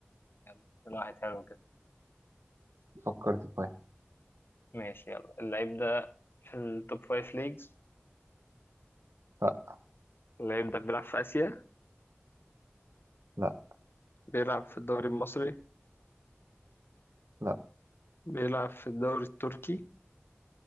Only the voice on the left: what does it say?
يلا من واحد حلو كده
ماشي يلا اللعيب ده في التوب فايف ليجز
اللعيب ده بيلعب في آسيا
بيلعب في الدوري المصري
بيلعب في الدوري التركي